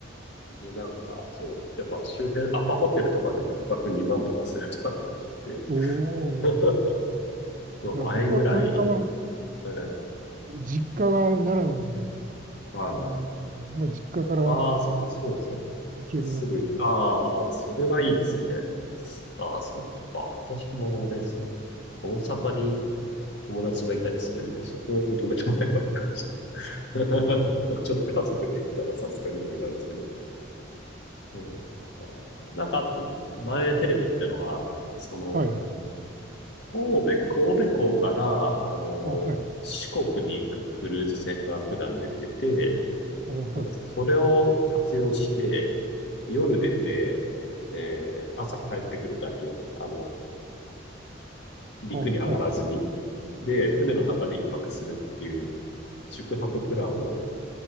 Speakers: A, on the left; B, on the right.
A: で、なんか、そう、やっぱ周辺、アパホテルとかでも一泊2万とかするとかって聞いて、
B: おお。
A: <laughs> まあ倍ぐらい、
B: いや、僕はたまたま
A: うん。
B: 実家が奈良なんで、
A: はい。
B: あの、まあ実家から
A: ああ、そっか、そうですね
B: 行けるなっていう。
A: すぐ、ああ、あそれはいいですね。ああ、そっか。私もあれですね。大阪に友達がいたりするんで、そこを認めてもらえばいいかもしれない。<laughs> まあ、ちょっと家族で行ったらさすがに無理があるんですけど。そうかなんか、あと、前テレビ見たのが、その、
B: はいはい。
A: 神戸、神戸港から、あの、
B: あ、はい。
A: 四国に行くクルーズ船が普段出てて、
B: あ、はい。
A: なんかそれを活用して、夜出て、えー朝帰ってくるだけ、あの、陸に上がらずに、
B: あ、はい。
A: で、船の中で一泊するっていう宿泊プランを